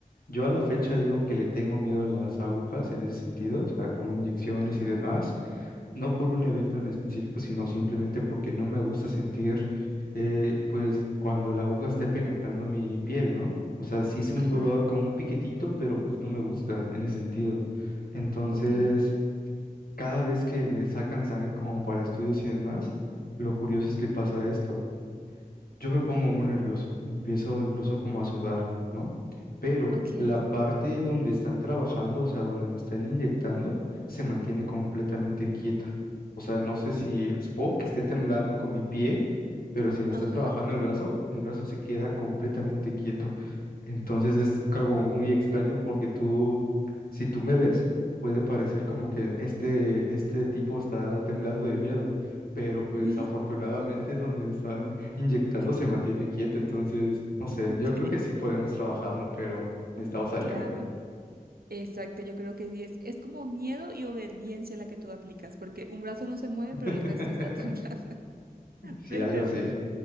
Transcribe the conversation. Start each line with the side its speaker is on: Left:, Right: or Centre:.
Left: Yo a la fecha digo que le tengo miedo a las agujas en ese sentido, o sea, como inyecciones
Right: Ajá,
Left: y demás, no por un evento en específico, sino simplemente porque no me gusta sentir, eh, pues, cuando la aguja esté penetrando mi piel, ¿no? O sea, sí es un
Right: ajá.
Left: dolor como un piquetito, pero pues no me gusta en ese sentido. Entonces,
Right: Ok,
Left: cada vez que me sacan sangre como para estudios y demás, lo curioso es que pasa esto. Yo me pongo muy nervioso, empiezo incluso como a sudar, ¿no? Pero
Right: ok,
Left: la parte donde están trabajando, o sea, donde me están inyectando, se mantiene completamente quieta. O sea, no sé si puedo que esté temblando con mi pie, pero si me
Right: ajá,
Left: está trabajando el brazo, el brazo se queda completamente quieto. Entonces es algo muy extraño porque tú, si tú me ves, puede parecer como que este, este tipo está temblando de miedo pero pues
Right: sí,
Left: afortunadamente donde están inyectando
Right: <laughs>
Left: se mantiene quieto, entonces, no sé,
Right: ok,
Left: yo creo que sí podemos trabajarlo, pero necesitamos ayuda.
Right: claro, exacto, yo creo que sí es, es como miedo y obediencia la que tú aplicas, porque un brazo no se mueve,
Left: <laughs>
Right: pero el resto está <laughs> temblando,
Left: Sí,
Right: pero
Left: algo así.